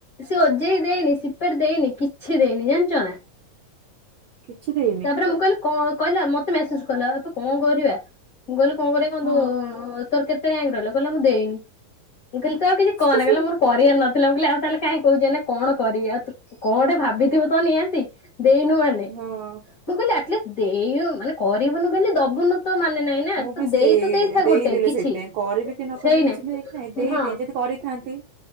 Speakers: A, on the left (about 75°); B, on the right (about 75°).
A: ସେଓଜେଇ ଦେଇନି ସିପେଟ୍ ଦେଇନି କିଛି ଦେଇନି ଜାଣିଚନା।
B: କିଛି ଦେଇ
A: ତାପରେ ମୁଁ କହିଲି କ କହିଲା ମତେ ମେସେଜ୍ କଲା ଆତୁ କଣ କରିବା ମୁଁ କହିଲି କଣ କରିବା କହନ୍ତୁ
B: ହଁ ହଁ
A: ତୋର କେତେ ଆଙ୍କ ରହିଲା କହିଲା ମୁଁ ଦେଇନି। ମୁକହିଲି ତୁଆଉ କିଛି
B: ହୁଁ
A: କହନା କହିଲା ମୋର କରିବାର ନ ଥିଲା ମୁକଇଲି ଆଉ ତାହେଲେ କାହିଁ କହୁଚୁ ଏଇନା କଣ କରିବି ଆଉତୁ କଣଟେ ଭାବିଥିବତ ନିହାତି ଦେଇନୁ ମାନେ
B: ହଁ।
A: ମୁଁ କହିଲି ଆଟଲିଷ୍ଟ ଦେଇ ମାନେ କରିବୁନୁ ବୋଲି ଦବୁନୁତ ମାନେ ନାଇଁ ନା
B: ମୁଁ
A: ତୁ
B: ବି ସେ
A: ଦେଇତ ଦେଇଥା
B: ଦେଇଦେଲି
A: ଗୋଟେ କିଛି
B: ସେଇଥିପାଇଁ କରିବି କି ନ
A: ସେଇନାଇ
B: କରିବି କିଛି ଠିକ୍ ନାହିଁ କି ନାଇଁ ଦେଇଦିଏ
A: ହଁ।
B: ଯଦି କରିଥାନ୍ତି।